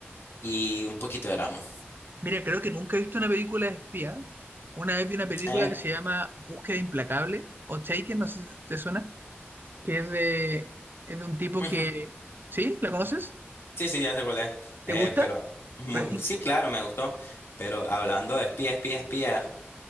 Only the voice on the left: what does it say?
y un poquito de drama.
Eh,
ujú.
Sí, sí, ya sé cuál es.
Eh,
pero muy,
sí, claro, me gustó. Pero hablando de espía, espía, espía,